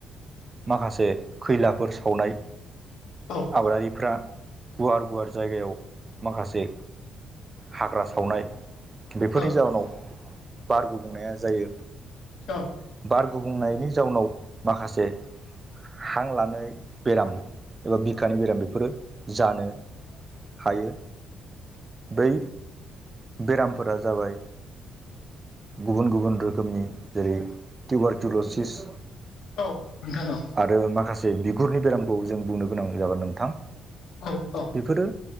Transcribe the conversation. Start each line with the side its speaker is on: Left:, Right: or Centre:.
Right: माखासे खैलाफोर सावनाय
Left: औ
Right: आबादारिफ्रा गुवार गुवार जायगायाव माखासे हाग्रा सावनाय
Left: औ
Right: बेफोरनि जाउोनाव बारगो बुंनाया जायो
Left: औ औ
Right: बार गुबुंनायनि जाउनाव माखासे हां लानाय बेराम एबा खानि बेराम बेफोरो जानो हायो बै बेरामफोरा जाबाय गुबुन गुबुन रोखोम रोखोमनि जेरै कउबारटिलजिस्
Left: औ नोंथां औ
Right: आरो माखासे बिगुरनि बेरामखौ जों बुंनो गोनां जागोन नोंथां
Left: औ औ
Right: बेफोरो